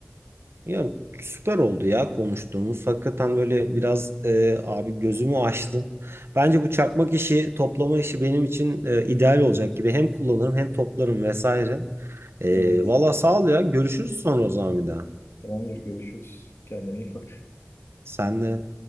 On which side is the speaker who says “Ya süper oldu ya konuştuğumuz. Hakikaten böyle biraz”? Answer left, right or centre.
Right